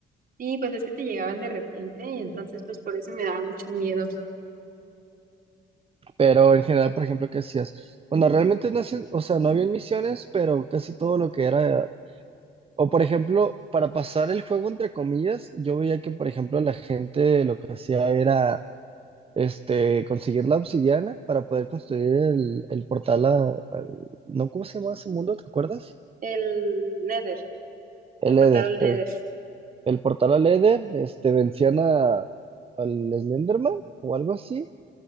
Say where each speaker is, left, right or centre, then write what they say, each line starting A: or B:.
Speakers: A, on the right; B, on the right.
A: Sí, pues es que te llegaban de repente y entonces pues por eso me daba mucho miedo.
B: Pero en general, por ejemplo, ¿qué hacías? Bueno, realmente no hacían- o sea, no había misiones, pero casi todo lo que era O por ejemplo, para pasar el juego entre comillas, yo veía que, por ejemplo, la gente lo que hacía era este, conseguir la obsidiana para poder construir el, el portal a, al- ¿no? ¿Cómo se llamaba ese mundo? ¿Te acuerdas?
A: El Nether,
B: El
A: el portal
B: Eder,
A: al Nether.
B: eh. El portal al Eder, este, vencían a, al Slenderman o algo así,